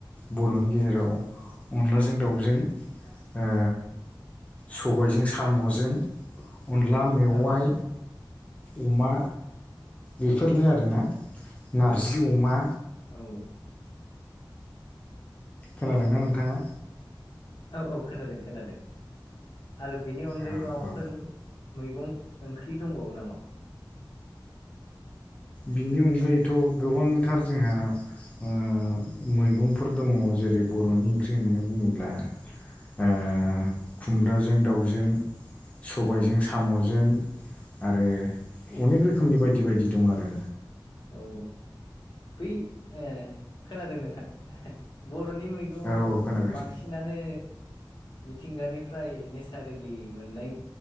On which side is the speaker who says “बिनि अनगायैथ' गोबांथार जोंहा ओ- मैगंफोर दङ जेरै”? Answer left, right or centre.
Left